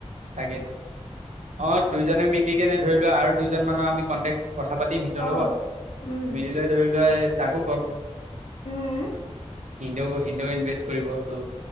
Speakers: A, on the right; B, on the left.
A: তাকেইতো অঁ দুজনে মিলি কেনে ধৰিলোৱা আৰু দুইজন মানৰ আমি কণ্টেক্ট কথা পাতিম সিতৰ
B: অ'
A: লগত
B: উম
A: মিলি লৈ ধৰি লোৱা এ তাকো কম।
B: উম
A: সিনতৌ সিনতেওঁ ইনভেষ্ট কৰিব টো,